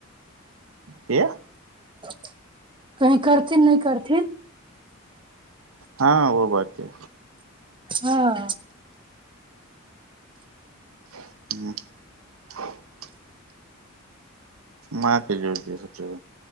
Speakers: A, on the right (about 85°); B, on the right (about 25°).
A: किया
B: <unintelligible> कहीं करथिन नहि करथिन
A: हँ ओ बात ऐ
B: हँ
A: <unintelligible> मांके जोइर दियौ अचछा